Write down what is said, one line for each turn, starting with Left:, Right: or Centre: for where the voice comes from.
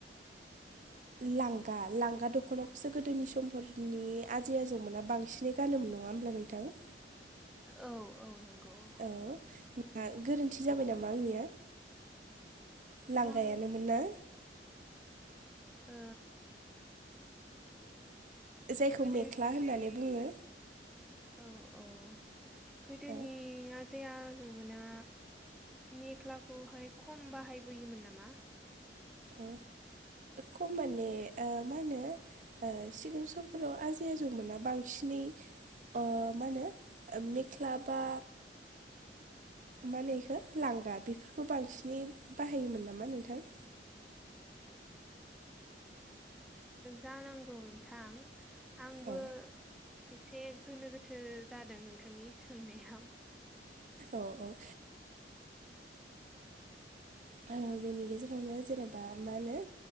Right: लांगा लांगा दख'नाखौसो गोदोनि समफोरनि आजै आजौमोना बांसिनै गानोमोन नङा होमब्ला नोंथां?
Centre: औ औ नोंगौ औ
Right: औ ना गोरोन्थि जाबाय नामा आंनिया? लांगायानोमोन
Centre: जों
Right: ना?
Centre: ओ
Right: जायखौ
Centre: गोदोनि
Right: मेख्ला होननानै बुङो
Centre: औ औ गोदोनिया
Right: औ
Centre: आजै आजौमोना मेख्लाखौहाय खम बाहायबोयोमोन नामा?
Right: औ खम माने मा होनो सिगां समफोराव आजै आजौमोना बांसिनै मा होनो मेख्ला बा मा होनो बेखौ लांगा बेफोरखौ बांसिनै बाहायोमोन नामा नोंथां?
Centre: जानांगौ नोंथां आंबो
Right: औ
Centre: एसे गोनो गोथो जादों नोंथांनि सोंनायाव
Right: औ औ बेनि गेजेरावनो जेनेबा मा होनो